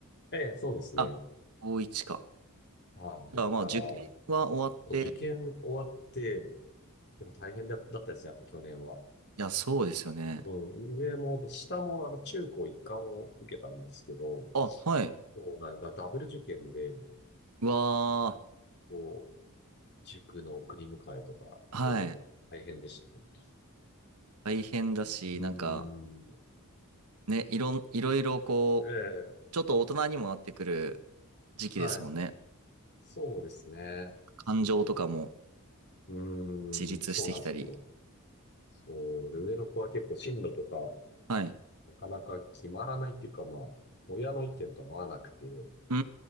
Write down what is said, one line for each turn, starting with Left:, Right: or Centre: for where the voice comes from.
Left: ええ、そうですね。
Right: あ、高1か。
Left: はい。だから、
Right: じゃあまあ受験は終わって、
Left: そう受験終わって、
Right: い
Left: でも大変だだったですね、やっぱ去年は。
Right: や、そうですよね。
Left: そのうん、上も、で、下も、あの、中高一貫を受けたんですけど、
Right: あ、はい。
Left: そうなんだ、ダブル受験で、
Right: うわー。
Left: こう、塾の送り迎えとか、
Right: はい。
Left: いろいろ大変でした、本当。
Right: 大変だし、
Left: うーん、
Right: なんか、ね、いろん、いろいろこう、
Left: ええ、
Right: ちょっと大人にもなってくる時期ですもんね。
Left: はい。そうですね。
Right: 感情とかも
Left: そう、うーん、
Right: 自立してきたり。
Left: そうなんですよ。そう、で、上の子は結構進路とか、
Right: はい。
Left: なかなか決まらないっていうか、まあ、親の意見と合わなくて、
Right: うー